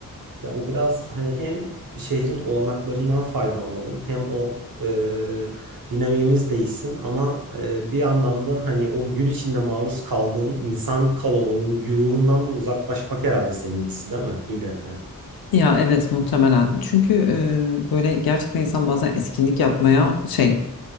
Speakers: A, on the right (about 70°); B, on the left (about 80°).
A: Ya bu biraz hani hem şehrin olanaklarından faydalanalım hem o e, dinamiğimiz değişsin ama e, bir yandan da hani o gün içinde maruz kaldığın insan kalabalığı güruhundan da uzaklaşmak herhalde seninkisi değil mi ileride?
B: Ya evet muhtemelen. Çünkü eee, böyle gerçekten insan bazen etkinlik yapmaya şey